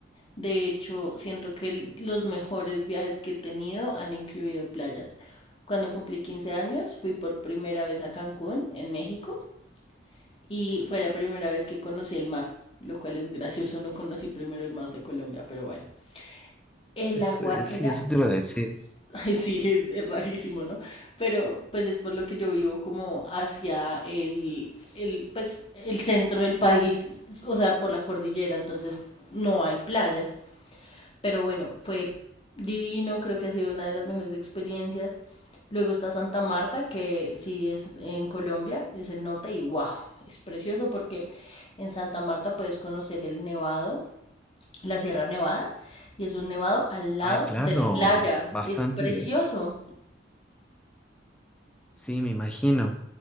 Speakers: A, on the left; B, in the centre.
A: De hecho, siento que los mejores viajes que he tenido han incluido playas. Cuando cumplí 15 años, fui por primera vez a Cancún, en México, y fue la primera vez que conocí el mar, lo cual es gracioso, no conocí primero el mar de Colombia, pero bueno. El
B: Es,
A: agua
B: eh, sí,
A: era...
B: eso te iba a decir.
A: <laughs> Ay, sí, es, es rarísimo, ¿no? Pero pues es por lo que yo vivo como hacia el, el, pues, el centro del país, o sea, por la cordillera, entonces no hay playas. Pero bueno, fue divino, creo que ha sido una de las mejores experiencias. Luego está Santa Marta, que sí es en Colombia, es el norte, y wow, es precioso porque en Santa Marta puedes conocer el nevado, la Sierra Nevada, y es un nevado al lado
B: Ay, claro,
A: de la playa.
B: bastante.
A: Es precioso.
B: Sí, me imagino.